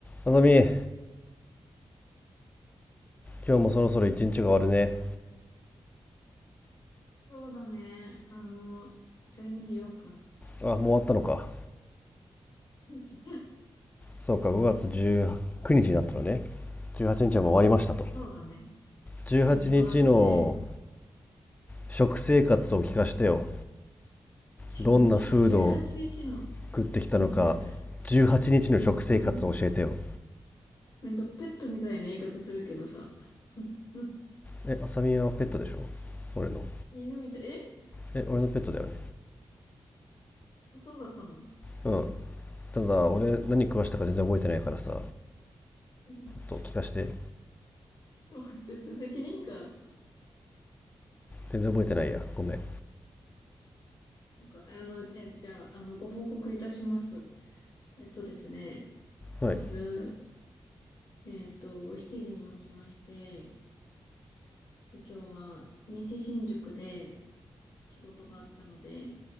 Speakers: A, on the left (about 20°); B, on the left (about 60°).
A: あさみ、今日もそろそろ一日が終わるね。
B: そうだね。あの、12時4分。
A: あ、もう終わったのか。
B: <laughs>
A: そうか、5月19日にちになったのね。18日はちにちはもう終わりましたと。
B: そうだね。
A: 18日の
B: 一日終わったね。
A: 食生活を聞かしてよ。
B: <laughs>
A: どんなフードを
B: 18日の
A: 食ってきたのか、
B: ビング。
A: 18日の食生活を教えてよ。
B: うんうん。なんかペットみたいな言い方するけどさ。<laughs> うんうん
A: え、あさみはペットでしょ俺の。
B: 犬みたい。え
A: え、俺のペットだよね。
B: あそうだったの
A: うん。ただ、俺何食わしたか全然覚えてないからさ、
B: いや、<laughs> ちょ
A: と聞かして。
B: ちょっと待って、ちょっと責任感。
A: 全然覚えてないや。ごめん。
B: そっか、あの、え、じゃあ、あの、ご報告いたします。えっとですね、まず、
A: はい。
B: えっと、7時に起きまして、で、今日は西新宿で、仕事があったので、